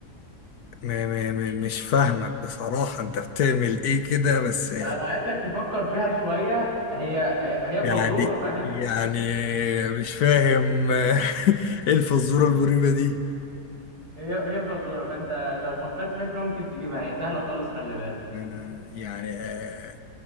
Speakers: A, on the left; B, on the right.
A: م م م مش فاهمك بصراحة انت بتعمل ايه كده بس <laughs> يعني
B: فانا عايزك تفكر فيها شويه هي هي هي
A: يعني
B: فزوره فاهم
A: يعني مش فاهم <laughs> ايه الفزورة المريبة دي
B: هي هي فزوره فانت لو فكرت فيها شويه ممكن تجيبها هي سهله خالص خلي بالك
A: آه، يعني آه،